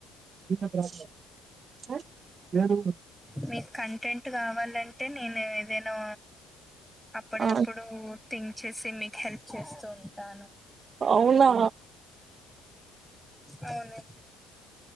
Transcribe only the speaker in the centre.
మీకు కంటెంట్ కావాలంటే నేను ఏదైనా అప్పుడది
ఆప్పుడు థింక్ చేసి మీకు హెల్ప్ చేస్తూ ఉంటాను.
అవునండి